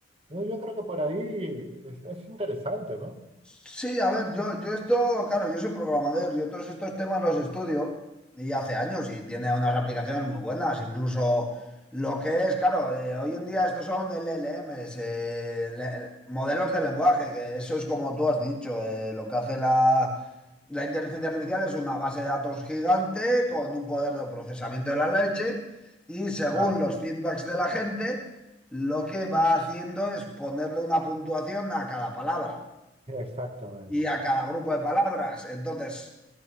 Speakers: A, on the right; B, in the centre.
A: Entonces, yo creo que por ahí es, es interesante, ¿no?
B: Sí, a ver, yo, yo esto, claro, yo soy programador, yo todos estos temas los estudio y hace años y tiene unas aplicaciones muy buenas, incluso lo que es, claro, eh, hoy en día estos son LLMs, eh, le- modelos de lenguaje, que eso es como tú has dicho, eh, lo que hace la, la inteligencia artificial es una base de datos gigante con un poder de procesamiento de la leche y según
A: Claro,
B: los feedbacks de la gente, lo que va haciendo es ponerle una puntuación a cada palabra
A: exactamente.
B: y a cada grupo de palabras. Entonces,